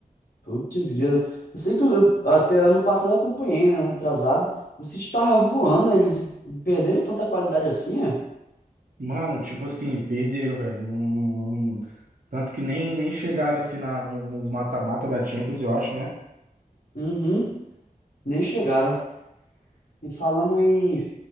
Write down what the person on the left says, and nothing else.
Putz, grilo. Eu sei que eu- até ano passado eu acompanhei, né? Ano Retrasado. O City tava voando, né? eles perderam tanta qualidade assim, é?
Uhum, nem chegaram. E falando em,